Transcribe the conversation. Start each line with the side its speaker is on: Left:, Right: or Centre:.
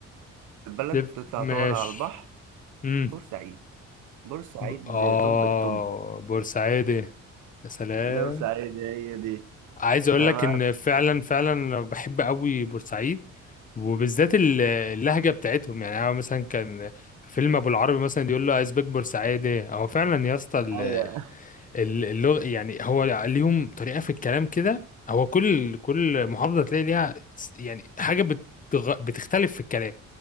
Right: البلد
Left: لف-
Right: تطلع
Left: ماشي
Right: تقعد على البحر
Left: امم
Right: بورسعيد بورسعيد
Left: ب- اه
Right: طب الطب
Left: بورسعيد يا سلام
Right: ده بورسعيد هي دي
Left: عايز اقول
Right: تمام
Left: لك ان فعلا فعلا بحب قوي بورسعيد وبالذات ال- اللهجه بتاعتهم يعني انا مثلا كان فيلم ابو العربي مثلا يقول له ازبك بورسعيدي هو فعلا يا اسطى ال-
Right: هي
Left: ال- اللغه يعني هو ليهم طريقه في الكلام كده هو كل كل محافظه تلاقي ليها س- يعني حاجه بتغ... بتختلف في الكلام